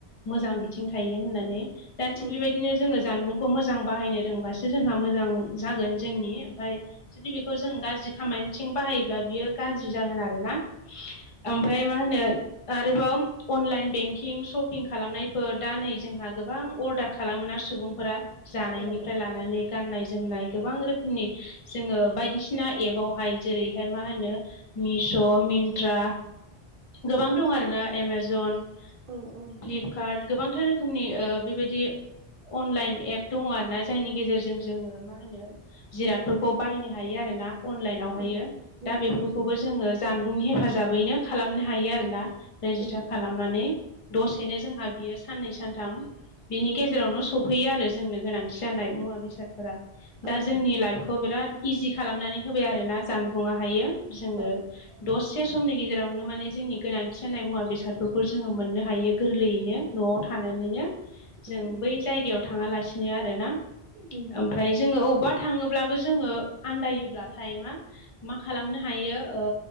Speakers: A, on the left; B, on the right.
A: मोजां बिथिं थायो होननानै दा थिग
B: उम
A: बेबायदिनो जोंङो जानबुं खौ मोजां बाहायनो रोंबासो जोंहा मोजां जागोन जोंनि ओमफ्राय जुदि बेखौ जों गाज्रि खामानिथिं बाहायोब्ला बियो गाज्रि जागोन आरो ना। ओमफ्राय मा होनो आरोबाव अनलाइन बेंकिं सप सपिं खालामनायफोर दा नै जोंहा गोबां अर्डार खालामोन आरो सुबुंफोरा जानायनिफ्राय
B: औ
A: लानानै गाननाय जोमनाय गोबां रोखोमनि जोङो बायदिसिना एपआवहाय जेरैहाय मा होनो मिश' मिन्त्रा गोबां दं आरोना एमाजन
B: औ औ।
A: फ्लिपकार्ट गोबांथार रोखोमनि ओ बेबायदि अनलाइन एप दङ आरो ना जायनि गेजेरजों जोङो मा होनो जिरादफोरखौ बायनो हायो आरोना। अनलाइनावहायो
B: उम
A: दा
B: उम
A: बेफोरखौबो
B: उम
A: जोङो जानबुंनि हेफाजाबैनो खालामनो हायो आरोना। रेजिस्टार
B: उम
A: खालामनानै
B: उम
A: दसेनो जोंहा बियो साननै सानथाम बिनि गेजेरावनो सफैयो आरो जोंनो गोनांथि जानाय मुवा बेसाद फोरा
B: औ
A: दा जोंनि
B: औ
A: लाइफखौ बिराद इजि खालामनानै होबाय आरोना जानबुंङाहायो। जोङो
B: औ
A: दसे समनि गेजेरावनो माने जोंनि गोनांथि जानाय मुवा बेसादफोरखौ जोङो मोनो हायो गोरलैयैनो न'आव थानानैनो
B: उम
A: जों
B: उम
A: बै जायगायाव थाङालासिनो आरोना।
B: उम
A: ओमफ्राय जोङो बबेबा थाङोब्लाबो जोङो आन्दायोब्लाथाय मा मा खालामनो हायो ओ